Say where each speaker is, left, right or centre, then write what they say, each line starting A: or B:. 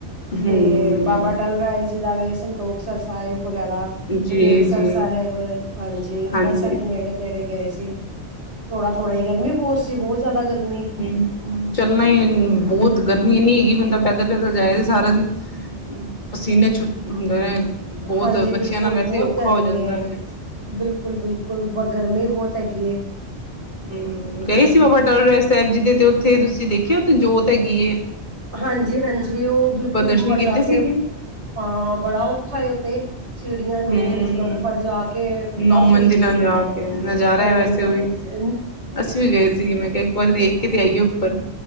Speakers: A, on the left (about 45°); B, on the right (about 85°).
A: ਹਮ
B: ਤੇ ਬਾਬਾ ਅਟਲ ਰਾਏ ਜੀ ਦਾ ਵੇ। ਸੰਤੋਖ ਸਰ ਸਾਹਿਬ ਵਗੈਰਾ
A: ਜੀ
B: ਬਿਬੇਕਸਰ
A: ਜੀ
B: ਸਾਹਿਬ ਹਾਂਜੀ
A: ਹਾਂਜੀ
B: ਬਸ ਇੱਥੇ ਨੇੜੇ ਗਏ ਸੀ। ਥੋੜਾ ਥੋੜਾ ਈ ਗਰਮੀ ਬਹੁਤ ਸੀ ਬਹੁਤ ਜ਼ਿਆਦਾ ਗਰਮੀ।
A: ਹਮ ਚੱਲਣਾ ਹੀ ਬਹੁਤ ਗਰਮੀ ਇਨੀ ਹੈਗੀ ਬੰਦਾ ਪੈਦਲ ਪੈਦਲ ਜਾਏ ਸਾਰਾ ਦਿਨ। ਪਸੀਨੇ ਛੁੱਟ ਹੁੰਦੇ ਨੇ ਬਹੁਤ
B: ਹਾਂਜੀ ਬਿਲਕੁਲ
A: ਬੱਚਿਆਂ ਨਾਲ ਵੈਸੇ
B: ਬਹੁਤ
A: ਔਖਾ
B: ਗਰਮੀ
A: ਹੋ ਜਾਂਦਾ
B: ਹੈ
A: ਵੇ।
B: ਬਿਲਕੁਲ ਬਿਲਕੁਲ ਬ ਗਰਮੀ ਬਹੁਤ ਹੈਗੀ ਏ।
A: ਹਮ ਗਏ ਸੀ ਬਾਬਾ ਟੱਲ ਰਾਇ ਸਾਹਿਬ ਜੀ ਦੇ ਤੇ ਉੱਥੇ ਤੁਸੀਂ ਦੇਖਿਆ ਤੇ ਉੱਥੇ ਜੋਤ ਹੈਗੀ ਏ।
B: ਹਾਂਜੀ ਹਾਂਜੀ ਉਹ ਬਿਲਕੁਲ
A: ਦਰਸ਼ਨ
B: ਉੱਪਰ
A: ਕੀਤੇ
B: ਜਾ
A: ਸੀਗੇ
B: ਕੇ। ਹਾਂ ਬੜਾ ਔਖਾ ਏ ਓ ਤੇ। ਸੀੜੀਆਂ ਨੌ
A: ਹਮ
B: ਮੰਜ਼ਿਲਾਂ ਉੱਪਰ ਜਾ ਕੇ
A: ਨੌ
B: ਬੱਸ
A: ਮੰਜ਼ਿਲਾਂ
B: ਹੋ ਜਾਂਦੀ
A: ਜਾ
B: ਏ
A: ਕੇ ਨਜ਼ਾਰਾ
B: ਹਮ।
A: ਹੈ ਵੈਸੇ ਉਹ ਵੀ ਅਸੀਂ ਵੀ ਗਏ ਸੀਗੇ, ਮੈਂ ਕਿਹਾ ਇੱਕ ਵਾਰੀ ਦੇਖ ਕੇ ਤੇ ਆਈਏ ਉੱਪਰ।